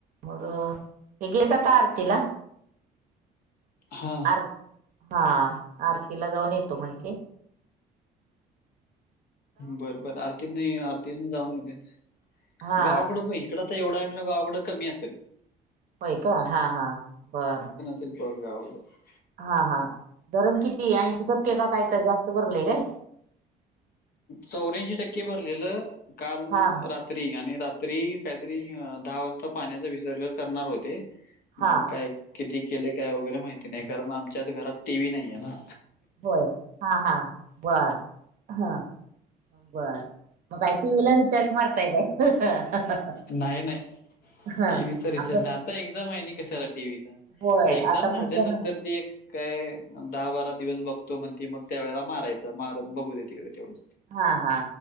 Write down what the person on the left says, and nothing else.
हां.
बर बर आरतीत नाही आरतीत ना जाऊन येऊ देत
गावाकडं पहि- इकडं आता एवढा आहे म्हंटल्यावर गावाकडं कमी असेल.
शिल्प आवडे <inaudible>
चौऱ्याएंशी टक्के भरलेलं काल-
आणि रात्री काहीतरी दहा वाजता पाण्याचा विसर्ग करणार होते. मग
काय किती केले काय वगैरे माहिती नाही कारण आमच्यात घरात, टीव्ही नाहीये ना.
नाही, नाही.
टीव्हीचा रिचार्ज
नाही.
आता एक्झाम आहे ना, कशाला टीव्हीचा
एक्झाम
झाल्यानंतर
ती एक, काय दहा बारा दिवस बघतो म्हणती मग त्या वेळेला मारायचं मार बघू दे तिकडे तेवढ.